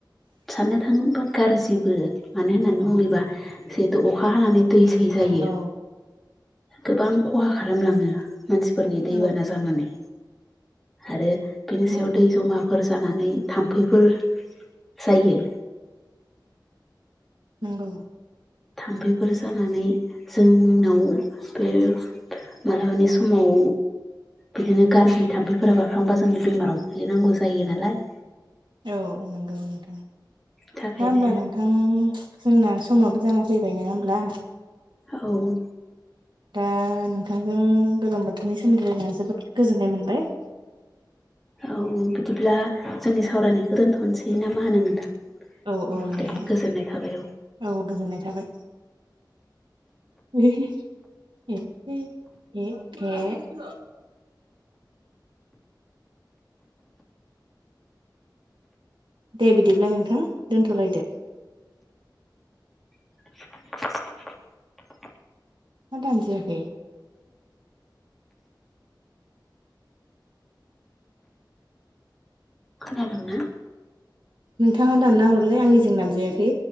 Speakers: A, in the centre; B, on the right.
A: साननो थाङोबा गाज्रिबो मानो होननानै बुङो बा जिहेतु अखा हानानै दै सै जायो
B: औ
A: गोबां खहा खालामलाङो मानसिफोरनि दैबाना
B: औ
A: जानानै आरो बिनि
B: नंगौ
A: सायाव दै जमाफोर जानानै थाम्फैफोर जायो
B: नोंंगौ
A: थाम्फैफोर जानानै जोंनाव बे मालाबानि समाव बिदिनो गाज्रि थाम्फैफोरा बारफ्र्लांबा जों बेमाराव गोग्लैनांगौ जायो नालाय
B: औ औ नंगौ नोंथां दा
A: थाखायनो
B: होमब्ला नोंथां जोंना समाबो जाना फैबाय नङा होमब्ला
A: औ।
B: दा नोंथांजों गोजां बोथोरनि सोमोन्दै जोबोद गोजोननाय मोनबाय।
A: औ बिदिब्ला जोंनि सावरायनायखौ दोनथ'नोसै ना मा होनो नोंथां
B: औ औ नोंथां
A: दे गोजोननाय थाबाय
B: औ गोजोननाय थाबाय। <unintelligible> दे बिदिब्ला नोंथां दोनथ'लायदो
A: <inaudible>
B: मा दानजायाखै
A: खोनादों ना
B: नोंथाङा दानना हरलाय आंनिजों दानजायाखै